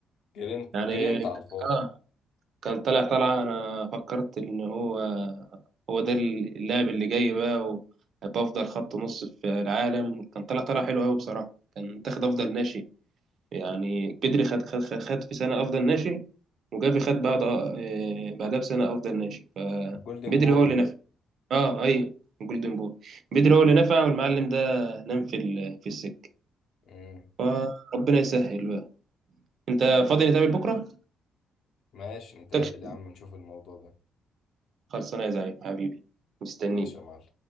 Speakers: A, on the left; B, on the right.
A: جرينت
B: يعني
A: جرينت على الفاضي
B: آه كان طالع طالعة أنا فكرت إن هو هو ده اللاعب اللي جاي بقى وهيبقى أفضل خط نص في العالم كان طالع طالع حلو أوي بصراحة كان تاخد أفضل ناشئ يعني بدري خد خد خد, خد في سنة أفضل ناشئ وجافي خد بعد آه، بعدها بسنة أفضل ناشئ فبدري
A: جولدن بوي
B: هو اللي نفع أه أي جولدن بوي بدري هو اللي نفع والمعلم ده نام في ال- في السكة
A: أمم.
B: فربنا يسهل بقى. انت فاضي نتقابل بكره؟
A: ماشي نتقابل
B: متكش
A: يا عم نشوف الموضوع ده
B: خلصانه يا زعيم حبيبي مستنيك
A: ماشي يا معلم